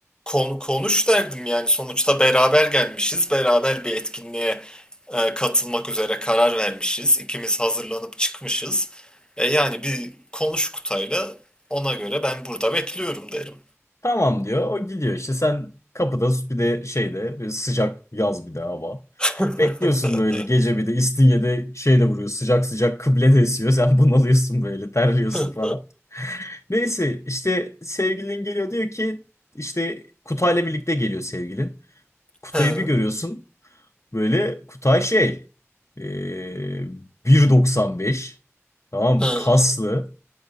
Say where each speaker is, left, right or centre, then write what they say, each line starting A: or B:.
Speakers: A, on the left (about 15°); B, on the left (about 70°).
A: Konu konuş derdim yani sonuçta beraber gelmişiz. Beraber bir etkinliğe e, katılmak üzere karar vermişiz. İkimiz hazırlanıp çıkmışız. E, yani bir konuş Kutay'la ona göre ben burada bekliyorum derim.
B: Tamam diyor. O gidiyor işte sen kapıda bir de şeyde bir sıcak yaz bir de hava.
A: <laughs>
B: Bekliyorsun böyle gece bir de İstinye'de şeyde vuruyor sıcak sıcak kıble de esiyor. Sen bunalıyorsun böyle terliyorsun
A: Hı,
B: falan. Neyse işte sevgilin geliyor diyor ki işte Kutay'la birlikte geliyor sevgilin. Kutay'ı
A: hı,
B: bir görüyorsun böyle Kutay şey eee, 1.95 tamam mı?
A: hı,
B: Kaslı